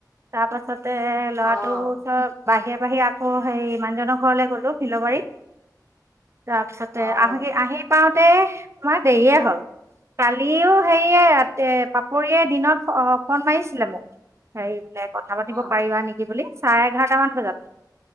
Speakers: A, on the right; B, on the left.
A: তাৰ পাছতে ল'ৰাটো
B: অঁ
A: ওচৰত। বাহিয়ে- বাহিয়ে আকৌ হেই মানুজনৰ ঘৰলে গলো শিলবাৰীত। তাৰপিছতে
B: অঁ
A: আহি আহি পাওতে তোমাৰ দেৰিয়ে হ'ল। লিও সেয়ে ৰা পাপৰিয়ে দিনত ফোন মাৰিছিলে মোক। হেৰি বোলে কথা পাতিব
B: অঁ
A: পাৰিবা নেকি বুলি চাৰে এঘাৰটা মান বজাত